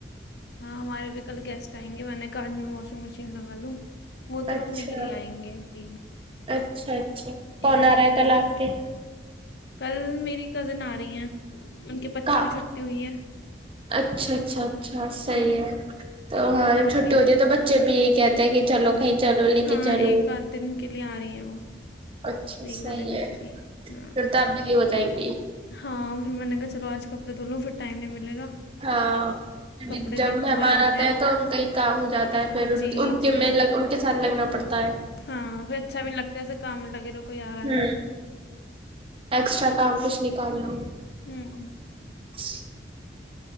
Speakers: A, on the left; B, on the right.
A: ہاں ہمارے بھی کل گس چاہیں گے میں نے کہا آج میں واشنگ مشین لگا لوں وہ تو
B: اچھا
A: رکنے کے لیے آئیں گے جی
B: اچھا اچھا کون
A: ایک
B: آ
A: دو
B: رہا
A: دن
B: ہے کل
A: رک
B: آپ کے
A: کل میری کزن آ رہی ہیں ان کے بچوں
B: کا
A: کی چھٹی ہوئی ہے
B: اچھا اچھا اچھا صحیح
A: ہ
B: ہے تو ہاں جب
A: رکیں
B: چھٹی ہوتی
A: گی
B: ہے تو بچے بھی ایک کہتے ہیں کہ چلو کہیں چلو لے
A: ہاں
B: کے چلو
A: ایک آدھ دن کے لیے آ رہی ہیں وہ
B: اچھا
A: ایک
B: صحیح
A: دو دن
B: ہے
A: کے لیے ہاں
B: پھر تو آپ بزی ہو جائیں گی
A: ہاں پھر میں نے کہا چلو آج کپڑے دھو لو پھر ٹائم نہیں ملے گا
B: ہاں
A: کپڑے
B: جب
A: بھی اتنے
B: مہمان
A: ہو جاتے
B: آتا
A: ہیں
B: ہے تو ان کا ہی کام ہو جاتا ہے پھر ان
A: جی
B: ان کے
A: جی
B: میں ان کے سر لگنا پڑتا ہے
A: ہاں پھر اچھا بھی نہیں لگتا ایسے کام میں لگے رہو کوئی آ رہا ہے
B: ہ ایکسٹرا کام کھ نکاللو
A: ہوں ہ
B: ج